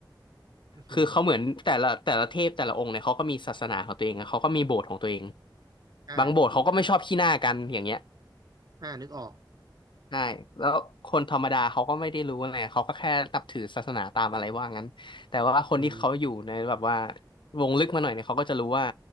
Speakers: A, on the right; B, on the left.
A: อือหือ
B: คือเขาเหมือนแต่ละแต่ละเทพแต่ละองค์เนี่ยเขาก็มีศาสนาของตัวเองอะเขาก็มีโบสถ์ของตัวเอง
A: อ่า
B: บางโบสถ์เขาก็ไม่ชอบขี้หน้ากันอย่างเงี้ย
A: อ่านึกออก
B: ใช่แล้วคนธรรมดาเขาก็ไม่ได้รู้ไงเขาก็แค่นับถือศาสนาตามอะไรว่างั้นแต่ว่าคนที่เขาอยู่ในแบบว่า
A: อืม
B: วงลึกมาหน่อยเนี่ยเขาก็จะรู้ว่า